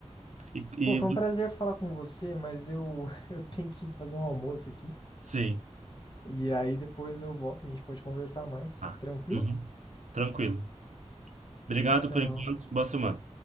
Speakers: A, on the right; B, on the left.
A: E, e
B: Pô, foi um prazer falar com você, mas eu, <laughs> eu tenho que fazer um almoço aqui.
A: sim
B: E aí depois eu volto, a gente pode conversar mais.
A: ah,
B: Tranquilo?
A: uhum. Tranquilo obrigado
B: Tchau, tchau.
A: por enquanto boa semana